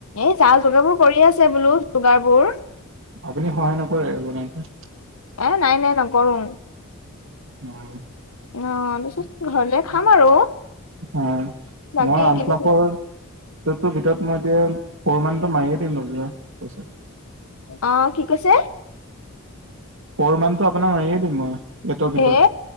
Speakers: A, on the left; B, on the right.
A: এই যা যোগাৰ বোৰ কৰি আছে বোলো যোগাৰ বোৰ।
B: আপুনি সহায় নকৰে আৰু বনাই কৰাত
A: এ নাই নাই নকৰো।
B: অ,।
A: অ তাৰপিছত ঘৰলে খাম আৰু।
B: অ,
A: বাকী
B: মই
A: এইকেইদিন
B: আঠলাখৰ। টোৰ ভিতৰত এতিয়া ফৰ মানটো মাৰিয়ে দিম ওলিয়াই পইছা
A: অ, কি কৈছে?
B: ফৰ' মানটো আপোনাৰ মাৰিয়ে দিম মই। এইটৰ ভিতৰত
A: এ,